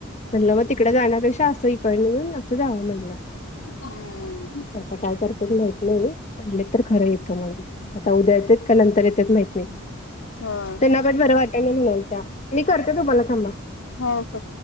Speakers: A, on the left (about 35°); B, on the left (about 75°).
A: म्हणल
B: हम्म
A: मग तिकडे जाण्यापेक्षा, असं इकडन येऊन असं जावा म्हणल.
B: हम्म,
A: आता काय करते ते माहित नाही, म्हटले तर खरं येतं म्हणून. आता उद्या येतात का नंतर येतात माहित नाही,
B: होय
A: त्यांना पण बरं वाटत ना म्हणाल त्या. मी करते तुम्हाला थांबा.
B: हो का?